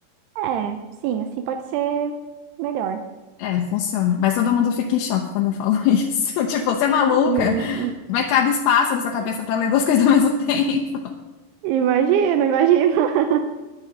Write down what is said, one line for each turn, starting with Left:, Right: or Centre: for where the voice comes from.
Right: é, sim, assim pode ser melhor.
Left: É, funciona. Mas todo mundo fica em choque quando eu falo <laughs> isso. Tipo, você é maluca?
Right: I-
Left: Vai cabe espaço nessa cabeça
Right: i-
Left: pra ler duas coisas ao mesmo <laughs> tempo.
Right: Imagino, imagino. <laughs>